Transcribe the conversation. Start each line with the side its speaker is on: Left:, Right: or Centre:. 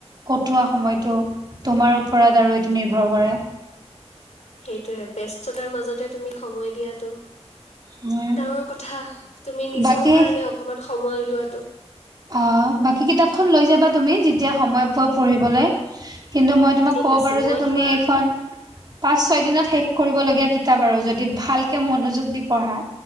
Right: কটোৱা সময়টো, তোমাৰ ওপৰত আৰু নিৰ্ভৰ কৰে।
Left: সেইটোয়ে, ব্যস্ততাৰ মাজতে তুমি সময় দিয়াটো।
Right: উম,
Left: ডাঙৰ কথা, তুমি নিজৰ
Right: বাকী
Left: কাৰণে অকমান সময় লোৱাটো।
Right: অ', বাকী কিতাপখন লৈ যাবা তুমি, যেতিয়া সময় পোৱা পঢ়িবলে। কিন্তু মই তোমাক
Left: ঠিক
Right: ক'ব
Left: আছে,
Right: পাৰোঁ
Left: মই
Right: যে, তুমি
Left: তোমাক
Right: এইখন পাঁচ, ছয়দিনত শেষ পঢ়িবলগীয়া কিতাপ, আৰু যদি ভালকে মনোযোগ দি পঢ়া